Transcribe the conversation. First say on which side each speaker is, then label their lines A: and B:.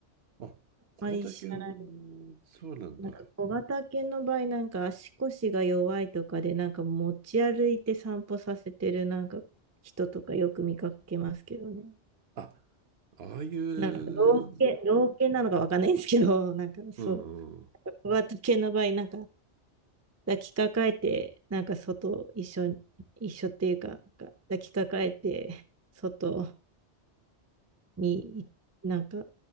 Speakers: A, on the right; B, on the right.
A: あ、小竹もそうなんだ。
B: まり知らない。なんか小型犬の場合、なんか足腰が弱いとかで、なんか持ち歩いて散歩させてるなんか人とかよく見かけますけどね。
A: あ、ああいう、
B: なんか老犬、
A: う
B: 老犬なのか分かんないんですけど、なんかそう。
A: んうん。
B: 小型犬の場合、なんか抱きかかえて、なんか外、一緒に、一緒っていうか、なんか抱きかかえて、<laughs> 外になんか、